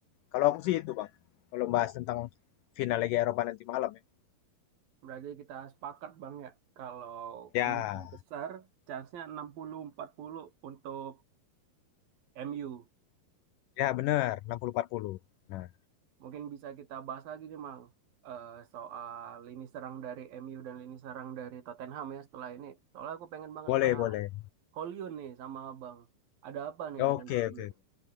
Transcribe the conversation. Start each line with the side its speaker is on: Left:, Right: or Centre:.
Left: Kalau aku sih itu Bang, kalau bahas tentang final Liga Eropa nanti malam ya.
Right: Berarti kita sepakat Bang ya, kalau
Left: Ya,
Right: kemungkinan besar, chance-nya enam puluh empat puluh untuk MU.
Left: ya benar enam puluh empat puluh Nah,
Right: Mungkin bisa kita bahas lagi nih Bang, eh, soal lini serang dari MU dan lini serang dari Tottenham ya setelah ini. Soalnya aku pengen banget
Left: boleh
Right: bahas
Left: boleh.
Right: Hollywood nih sama Bang. Ada apa nih dengan
Left: Oke
Right: Hollywood?
Left: oke,